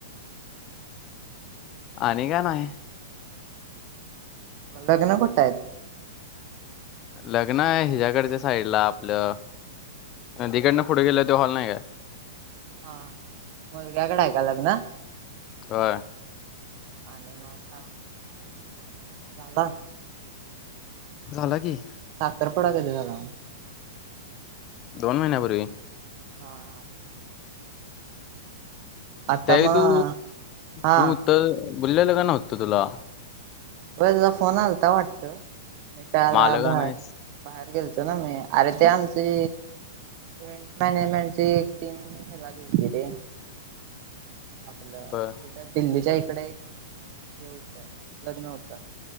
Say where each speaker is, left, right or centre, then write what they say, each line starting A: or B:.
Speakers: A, on the left; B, on the right.
A: आणि का नाही
B: लग्न कठत येईल
A: लग्न आहे हिच्या्याकडच्या साईडला आपलं तिकडनं पुढे गेलं त हॉल नाही काय
B: हा मुलग्याकडे ऐका लग्न
A: का
B: आणि म आता झाला.
A: झाला की
B: साखरपुडा कधी झाला.
A: दोन महिन्यापूर्वी
B: हा-हा आता
A: त्याही
B: मग
A: तू
B: हा
A: तूत बोललेलं का न होत तुला
B: वई तिचा फोन आलाता वाटत नित्या
A: मग
B: ळाला
A: आलं का
B: भार
A: नाहीस
B: बाहेर गेलतो ना मी अरे ते आमची इव्ंट मॅनेजमेंटची एक टीम हेला गेल ती रे आपलं
A: बर
B: कुठे दिल्लीच्या इकडे एक हे होतं लग्न होत.